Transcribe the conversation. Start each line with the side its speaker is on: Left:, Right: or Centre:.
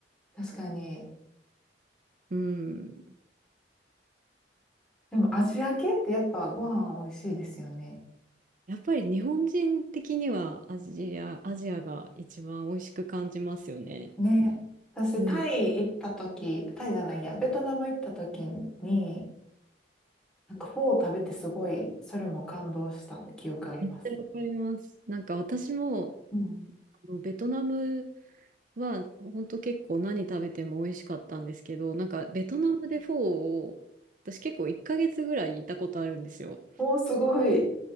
Centre: 確かに。
Right: うん。
Centre: でもアジア系ってやっぱご飯美味しいですよね。
Right: やっぱり日本人的にはアジア、アジアが一番美味しく感じますよね。
Centre: ね。私、
Right: うん。
Centre: タイ行った時、タイじゃないや、ベトナム行った時に、なんかフォー食べてすごい、それも感動した記憶あります。
Right: めっちゃわかります。なんか私も、
Centre: うん
Right: あの、ベトナムは、本当結構何食べても美味しかったんですけど、なんかベトナムでフォーを、私結構1ヶ月ぐらいいたことあるんですよ。
Centre: おー、すごい。